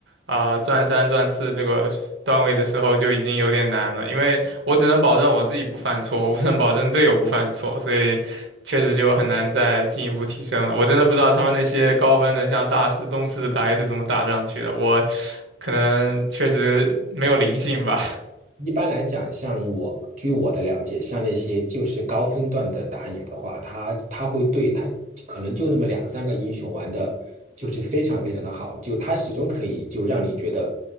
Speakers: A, on the right; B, on the right.
A: 啊、钻三、钻四这个段位的时候，就已经有点难了，因为我只能保证我自己不犯错，我不能保证队友不犯错，所以确实就很难再进一步提升了。我真的不知道他们那些高分的，像大师、宗师的打野是怎么打上去的。我可能确实没有灵性吧。
B: 一般来讲，像我，据我的了解，像那些就是高分段的打野的话，他他会对他可能就那么两三个英雄玩的，就是非常非常的好，就他始终可以就让你觉得，